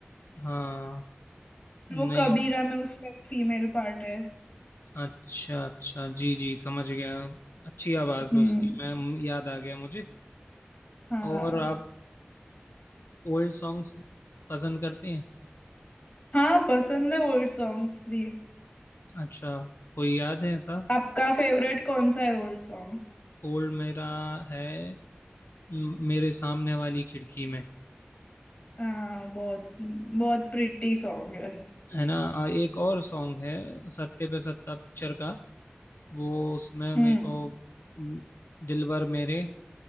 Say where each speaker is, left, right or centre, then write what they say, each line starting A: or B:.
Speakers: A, on the left (about 85°); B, on the left (about 40°).
A: हाँ
B: फिर
A: नहीं
B: वो कबीरा में उसका एक फीमेल पार्ट है
A: अच्छा अच्छा जी जी समझ गया अच्छी आवाज़
B: हम्म
A: है उसकी मैम याद आ गया मुझे
B: हाँ
A: और आप ओल्ड सॉन्ग्स पसंद करते हैं
B: हाँ पसंद है ओल्ड सॉन्ग्स भी
A: अच्छा कोई याद है ऐसा
B: आपका फेवरेट कौन सा है ओल्ड सॉन्ग
A: ओल्ड मेरा है म- मेरे सामने वाली खिड़की में
B: हाँ बहुत बहुत प्रिटी सॉन्ग है
A: है ना अ, एक और सॉन्ग है सत्ते पे सत्ता पिक्चर का वो उसमें मेरे
B: हम्म
A: को म, दिलबर मेरे